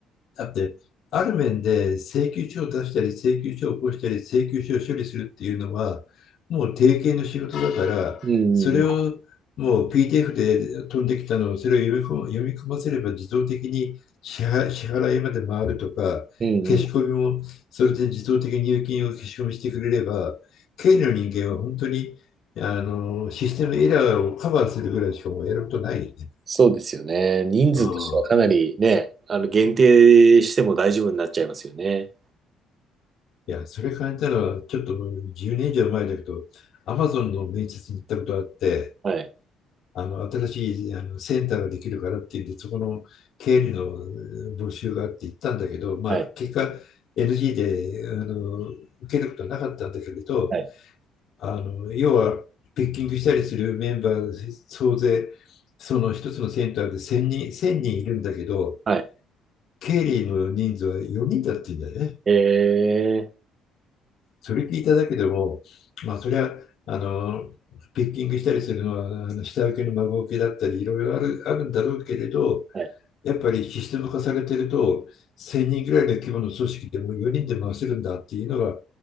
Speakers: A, on the left (about 65°); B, on the right (about 40°).
A: だって、ある面で請求書を出したり、請求書を起こしたり、請求書を処理するっていうのは、もう定型の仕事だから、
B: うんうんうん。
A: それをもう p t f で飛んできたのを、それを読み込読み込ませれば自動的に支払支払いまで回るとか、
B: うんうん。
A: 消し込みもそれで自動的に入金を消し込みしてくれれば、経理の人間は本当にあのシステムエラーをカバーするぐらいしかもやることないよね。
B: そうですよね。人数としてはかなりね、
A: うん
B: あの限定しても大丈夫になっちゃいますよね。
A: いや、それ考えたのは、ちょっと10年以上前だけど、アマゾンの面接に行ったことあって、
B: はい。
A: あの新しいあのセンターができるからって言って、そこの経理のうん募集があって行ったんだけど、まあ、
B: はい。
A: 結果 NG であの受けることはなかったんだけれど、
B: はい。
A: あの要はピッキングしたりするメンバー総勢、その一つのセンターで1000人、1000人いるんだけど、
B: はい。
A: 経理の人数は4人だって言うんだよね
B: え
A: それ聞いただけでも、まあ、それはあのピッキングしたりするのはあの下請けの孫請けだったりいろいろあるあるんだろうけれど
B: ー、はい。
A: やっぱりシステム化されてると1000人ぐらいの規模の組織でも4人で回せるんだっていうのが